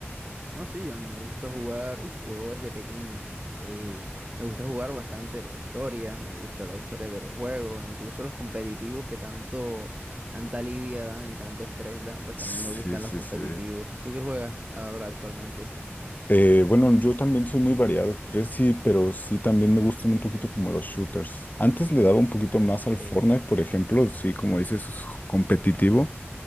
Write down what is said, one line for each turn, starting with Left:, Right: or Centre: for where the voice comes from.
Right: No, sí, yo a mí me gusta jugar, uf, juego desde pequeño. eh, me gusta jugar bastante las historias, me gustan las historias de los juegos, incluso los competitivos que tanto, tanta lidia dan y tanto estrés dan, pues
Left: Sí,
Right: también me gustan
Left: sí,
Right: los competitivos.
Left: sí.
Right: ¿Tú qué juegas ahora actualmente?
Left: Eh, bueno, yo también soy muy variado, ¿crees? Sí, pero sí también me gustan un poquito como los shooters. Antes le daba un poquito más al
Right: Ok.
Left: Fortnite, por ejemplo, sí, como dices, competitivo.